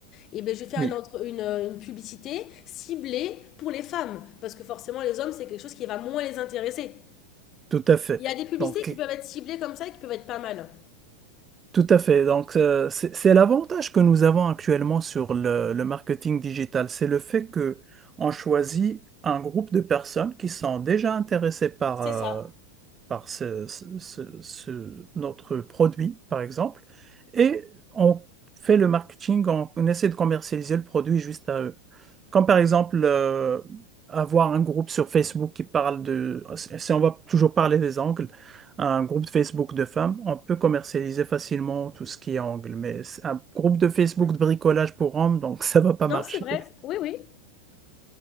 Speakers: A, on the left (about 35°); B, on the right (about 20°).
A: Et ben, je vais faire
B: Oui,
A: une, entre- une, euh, une publicité ciblée pour les femmes parce que forcément, les hommes, c'est quelque chose qui va moins les intéresser.
B: tout à fait.
A: Il y a des publicités
B: Donc,
A: qui peuvent être ciblées comme ça et qui peuvent être pas mal.
B: Tout à fait. Donc, euh, c'est c'est l'avantage que nous avons actuellement sur le, le marketing digital. C'est le fait que on choisit un groupe de personnes qui sont déjà intéressées par,
A: C'est
B: euh,
A: ça.
B: par ce, ce- ce- ce- notre produit, par exemple, et on fait le marketing, on, on essaie de commercialiser le produit juste à eux. Comme par exemple, euh, avoir un groupe sur Facebook qui parle de, si on va toujours parler des angles, un groupe de Facebook de femmes, on peut commercialiser facilement tout ce qui est angle, mais c'est un groupe de Facebook de bricolage pour hommes, donc <laughs> ça va pas
A: Non,
B: marcher.
A: c'est vrai. Oui, oui.